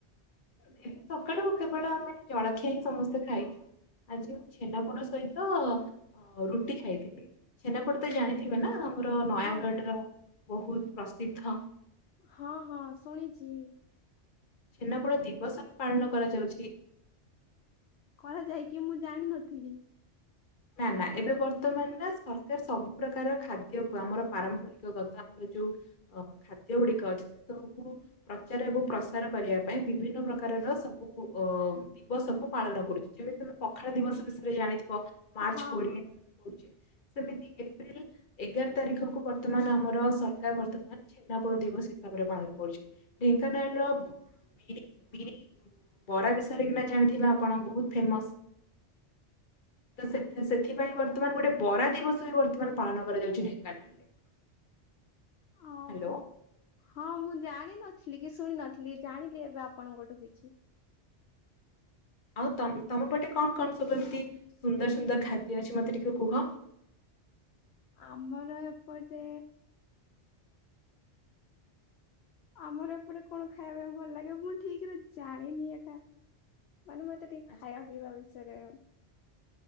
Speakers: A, on the left; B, on the left.
A: ଏବେ ସକାଳୁ କେବଳ ଆମେ ଜଳଖିଆ ହିଁ ସମସ୍ତେ ଖାଇଛୁ। ଆଜି ମୁଁ ଛେନାପୋଡ ସହିତ ରୁଟି ଖାଇଥିଲି ସେଛନାପୋଡ ତ ଜାଣିଥିବେ ନା? ଆମର ନୟାଗଡ଼ର
B: ହଁ
A: ବହୁତ ପ୍ରସିଦ୍ଧ।
B: ହଁ ହଁ ଶୁଣିଛି।
A: ଛେନାପୋଡ ଦିବସ ପାଳନ କରାଯାଉଛି।
B: କରାଯାଏକି ମୁଁ ଜାଣିନଥିଲି।
A: ନା ନା ଏବେ ବର୍ତ୍ତମାନ ନା ସରକାର ସବୁ ପ୍ରକାର ଖାଦ୍ୟକୁ ଆମର ପାରମ୍ପରିକ ଗତ ଆମର ଯୋଉ ଖାଦ୍ୟ ଗୁଡିକ ଅଛି ସେ ସବୁକୁ ପ୍ରଚାର ଏବଂ ପ୍ରସାର କରିବା ପାଇଁ ବିଭିନ୍ନ ପ୍ରକାର ର ସବୁ ଅ ଦିବସକୁୁ ପାଳନ କରୁଛି ଯେମିତି ତମେ ପଖାଳ ଦିବସ ବିଷୟରେ ଜାଣିଥିବ। ମାର୍ଚ୍ଚ
B: ହଁ
A: କୋଡିଆରେ
B: ହଁ
A: ଆମେ କହୁଛେ ସେମିତି ଏପ୍ରି ଏଗାର ତାରିଖକୁ ବର୍ତ୍ତମାନ ଆମର ସରକାର ବର୍ତ୍ତମାନ ଛେନ୍ନାପୋଡ ଦିବସ ହିସାବରେ ପାଳନ କରୁଛି। ଢେଙ୍କାନାଳ ର ବିରି ବି ବରା ବିଷୟରେ କି ନା ଜାଣିଥିବା ଆପଣ ବହୁତ ଫେମସ। ତ ସେଥିପାଇଁ ବର୍ତ୍ତମାନ ଗୋଟେ ବରା ଦିବସ ହ ବର୍ତ୍ତମାନ ପାଳନ କରାଯାଉଛି ଢେଙ୍କାନାଳରେ।
B: ଓହୋ
A: ହ୍ୟାଲୋ
B: ହଁ ମୁଁ ଜାଣି ନଥିଲି କି ଶୁଣି ନଥିଲି ଜାଣିଲି ଏବେ ଆପଣଙ୍କଠୁ କିଛି
A: ଆଉ ତମ ପଟେ କଣ କଣ ସବୁ ଏମତି ସୁନ୍ଦର ସୁନ୍ଦର ଖାଦ୍ୟ ଅଛି ମତେ ଟିକେ କୁହ।
B: ଆମର ଏପଟେ ଆମର ଏପଟେ କଣ ଖାଇବା ପାଇଁ ଭଲ ଲାଗେ ମୁଁ ଠିକ ରେ ଜାଣିନି ଏକା ମାନେ ମତେ ଟିକେ
A: ଆଚ୍ଛା
B: ଖାଇବା ପିଇବା ବିଷୟରେ